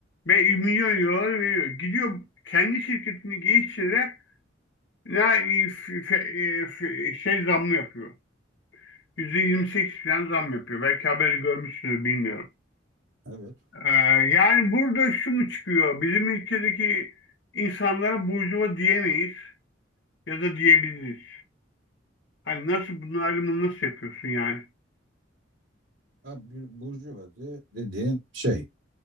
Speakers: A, on the left; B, on the right.
A: Ve milyon euroları veriyor. Gidiyor kendi şirketini geliştire de ne e, f- f- e, f- şey zamlı yapıyor. %28 falan zam yapıyor. Belki haberi görmüşsünüz bilmiyorum.
B: Evet.
A: Ee, yani burada şu mu çıkıyor? Bizim ülkedeki insanlara burjuva diyemeyiz ya da diyebiliriz. Hani nasıl bunun ayrımını nasıl yapıyorsun yani?
B: Ha, bir burjuvazi dediğin şey